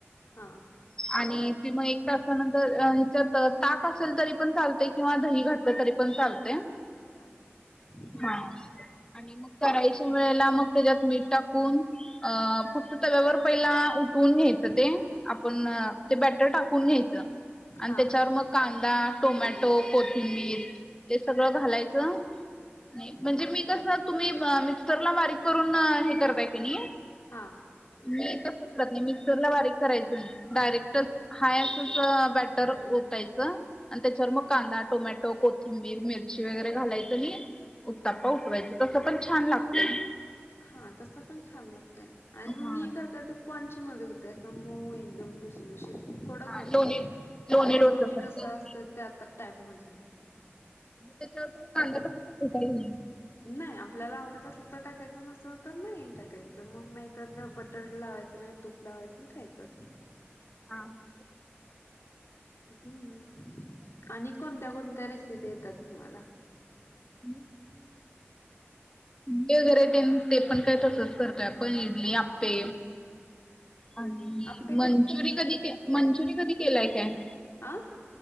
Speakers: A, on the left; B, on the left.
A: हां.
B: आणि ते मग एक तासानंतर ह्याच्यात ताक असेल तरी पण चालते किंवा दही घात घातल तरी पण चालते,
A: तरी पण चालतय हम्म
B: हा.. आणि मग करायच्या वेळेला मग, तेच्यात मीठ टाकून. अ.. फक्त तव्यावर पहिला, उठवून घ्यायचं ते. आपण ते बॅटर टाकून घ्यायचं आणि
A: हा
B: त्याच्यावर मग कांदा, टोमॅटो, कोथिंबीर हे सगळं घालायचं. नाही, म्हणजे मी कसं तुम्ही मिक्सरला बारीक करून हे करताय का नाही
A: हा...
B: मी तसं करतं नाही, मिक्सर ला बारीक करायच नाही, डायरेक्टच हाय असं. च ब्याटर ओतायच. आणि तेच्यावर मग कांदा टोमॅटो कोथिंबीर मिरची वगैरे घालायचं आणि. उताप्पा उठवायचं तसं, पण छान लागतंय.
A: हा.. तसं पण छान लागतंय. आणि
B: हा
A: मी करतोय ते. पंच मध्ये होतंय असा मऊ एकदम लुसलुशीत. कडक
B: हा
A: होत
B: लोणी
A: नाही, लोणी
B: सारखं
A: डोसा असतोय त्या आता टाईप मध्ये होतोय.
B: त्याच्यावर तुम्ही कांदा <unintelligible>
A: नाही आपल्याला आवडत असल तर टाकायचं. नसेल तर नाही टाकायचं, मग नाहीतर बटर लावायचं नाही तर. तूप लावायचं खायचं.
B: हा हा..
A: हम्म.. आणि कोणत्या कोणत्या रेसिपी येतात तुम्हाला.
B: हं. इडली वगैरे तेन तेपण काय तसंच करतोय आपण इडली, आप्पे
A: हम्
B: आणि
A: हम् आपे
B: मंचुरी
A: कसं करता
B: कधी के मंचुरी कधी केलाय काय?
A: आं..